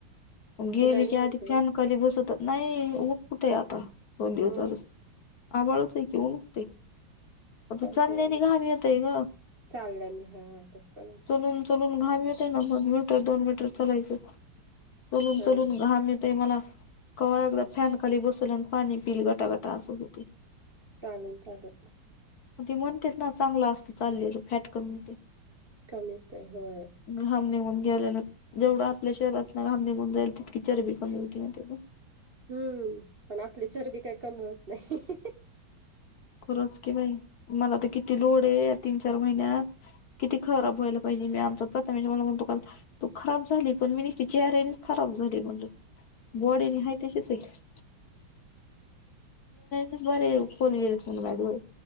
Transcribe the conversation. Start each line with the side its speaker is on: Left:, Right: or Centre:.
Left: गेले
Right: उन्हानी
Left: की
Right: होतय
Left: आधी फन
Right: ओ
Left: खाली बसवतात नाही ऊन कुठे आता दोन दिवस
Right: हम्म
Left: झाल आवळत आहे की उनठते आता
Right: पाऊस
Left: चालण्याने
Right: यायला
Left: घाब येतय ग
Right: चाललंय मी हा तस पण होत
Left: चलून चलून घाम येते ना मग मीटर दोन मीटर चलायचं चलून
Right: हा
Left: चलून घहा मिळेतय मला क एकदा फॅन खाली बसवल्या आणि पाणी पिल गटागटा असू होती
Right: चाल चालल
Left: ते म्हणते ना चांगला असत चाललेलं फॅट कमीते
Right: कमीत होय
Left: ग्रहम निघून गेले जेवढं आपल्या शहरात ना घाम निघून जाईल तितकी चरबी कमी होती म त्या
Right: हम्म पण आपली चरबी काही कमी होत नाही
Left: खरंच की बाई मला तर किती लोड आहे तीन चार महिन्यात किती खराब वयलं पाहिजे मी आमच प्रथमेच्या तुला तू खराब झाली पण मी न ति चेहऱ्यानेच खराब झाली म्हणलं बॉडी आहे तशीच आहे ज बर खोलीले मॅडोय